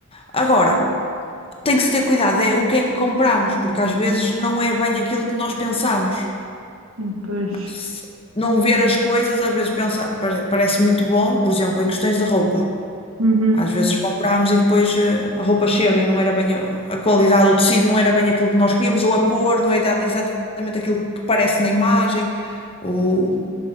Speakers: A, on the left; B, on the right.
A: Agora, tem que se ter cuidado, é o que é que compramos, porque às vezes não é bem aquilo que nós pensamos.
B: Hum, Pois,
A: se- não ver as coisas, às vezes pensa, pare- parece muito bom, por exemplo, em questões de roupa.
B: uhum,
A: Às vezes comprámos e depois eh, a roupa chega e não era bem a, a qualidade, o tecido não era bem aquilo que nós queríamos, ou a cor não é da- exatamente aquilo que parece na imagem, ou